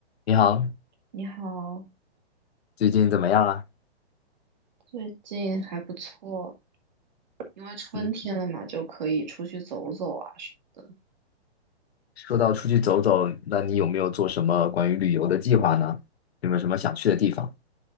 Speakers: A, on the left; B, on the right.
A: 你好，
B: 你好，
A: 最近怎么样啊？
B: 最近还不错，因为春天了嘛，
A: 嗯，
B: 就可以出去走走啊什么的。
A: 说到出去走走，那你有没有做什么关于旅游的计划呢？有没有什么想去的地方？